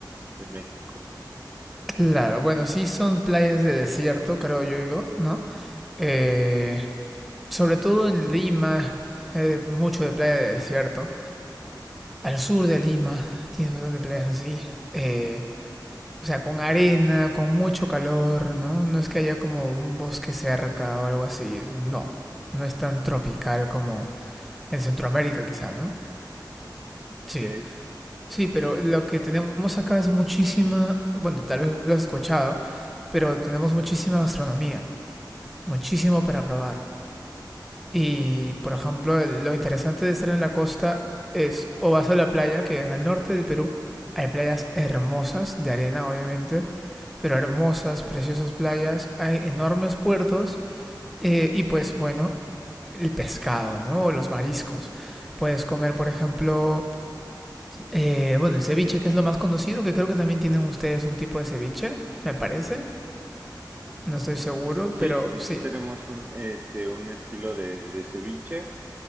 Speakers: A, on the right; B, in the centre.
A: de México.
B: Claro, bueno, sí son playas de desierto, creo yo, ¿no? Eh, sobre todo en Lima, eh, mucho de playa de desierto. Al sur de Lima tienes bastante playas así. eh, o sea, con arena, con mucho calor, ¿no? No es que haya como un bosque cerca o algo así. No, no es tan tropical como en Centroamérica quizá, ¿no?
A: Ok.
B: Sí, sí, pero lo que tenemos acá es muchísima, bueno, tal vez lo has escuchado, pero tenemos muchísima gastronomía. muchísimo para probar. Y, por ejemplo, lo interesante de estar en la costa es o vas a la playa, que en el norte del Perú hay playas hermosas, de arena obviamente, pero hermosas, preciosas playas, hay enormes puertos eh, y pues bueno, el pescado, ¿no? O los mariscos. Puedes comer, por ejemplo, eh, bueno, el ceviche, que es lo más conocido, que creo que también tienen ustedes un tipo de ceviche, me parece. No estoy seguro,
A: Sí,
B: pero
A: sí,
B: sí.
A: sí, tenemos un, este, un estilo de, de ceviche.